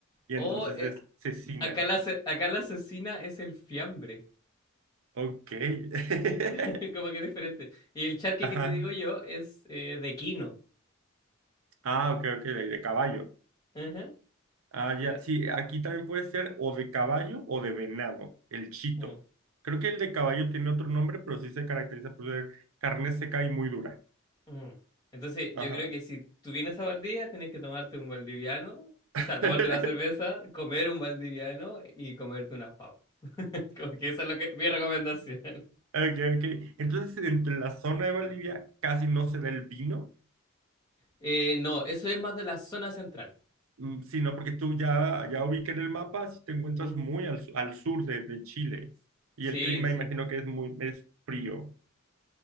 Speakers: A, on the right (about 80°); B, on the left (about 20°).
A: Y
B: O
A: entonces
B: eh,
A: es cecina.
B: acá la, ace- acá la asesina es el fiambre.
A: Ok. <laughs>
B: <laughs> Es como que es diferente. Y el charqui
A: Ajá.
B: que te digo yo es eh, de quino.
A: Ah, ok, ok, de, de caballo.
B: Ajá,
A: Ah, ya.
B: sí.
A: Sí, aquí también puede ser o de caballo o de venado, el chito.
B: Mm,
A: Creo que el de caballo tiene otro nombre, pero sí se caracteriza por ser carne seca y muy dura.
B: mm. Entonces, yo
A: Ajá.
B: creo que si tú vienes a Valdivia, tienes que tomarte un valdiviano,
A: <laughs>
B: o sea, tomarte una cerveza, comer un valdiviano y comerte unas papas. Como que esa es lo que, mi recomendación. <laughs>
A: Ok, ok. Entonces,
B: Y-
A: entre la zona de Bolivia casi no se da el vino,
B: eh, no, eso es más de la zona central.
A: Mm, Sí, no, porque tú ya, ya ubiqué en el mapa, si te encuentras
B: Mm,
A: muy al, su- al sur de, de Chile y
B: Sí,
A: el clima
B: sí.
A: imagino que es muy es frío,